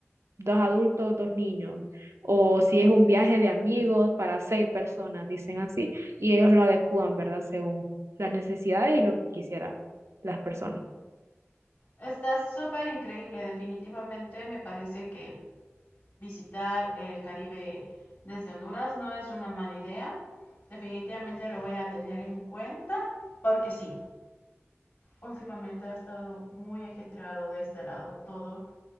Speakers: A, on the right (about 70°); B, on the left (about 50°).
A: dos adultos, dos niños. O si es un viaje de amigos para seis personas, dicen así, y ellos lo adecúan, ¿verdad? Según las necesidades y lo que quisiera las personas.
B: Está súper increíble, definitivamente me parece que visitar el Caribe desde Honduras no es una mala idea. Definitivamente lo voy a tener en cuenta porque sí, últimamente ha estado muy ajetreado de este lado todo